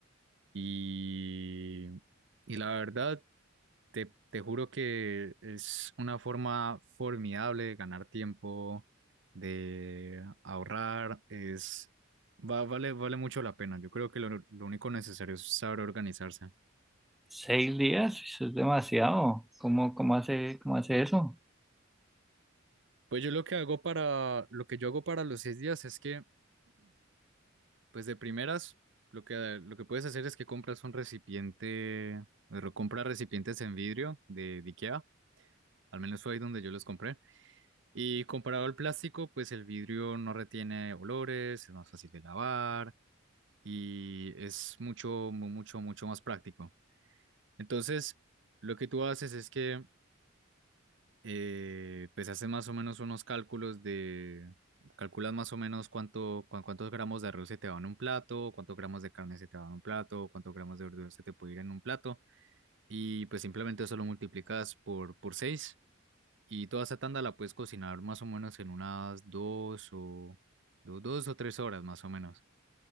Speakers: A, on the right; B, in the centre.
A: Y, y la verdad, te, te juro que es una forma formidable de ganar tiempo, de ahorrar, es, va, vale, vale mucho la pena. Yo creo que lo, lo único necesario es saber organizarse.
B: Seis días, eso es demasiado. ¿Cómo, cómo hace, cómo hace eso?
A: Pues yo lo que hago para, lo que yo hago para los seis días es que Pues de primeras, lo que, lo que puedes hacer es que compras un recipiente, re- compra recipientes en vidrio de, de IKEA, al menos fue ahí donde yo los compré. Y comparado al plástico, pues el vidrio no retiene olores, es más fácil de lavar y es mucho, mu- mucho, mucho más práctico. Entonces, lo que tú haces es que eh, pues haces más o menos unos cálculos de, calculas más o menos cuánto, cuán- cuántos gramos de arroz se te va en un plato, cuántos gramos de carne se te va en un plato, cuántos gramos de verdura se te puede ir en un plato, y pues simplemente eso lo multiplicas por, por 6 y toda esa tanda la puedes cocinar más o menos en unas dos o, do- dos o tres horas más o menos.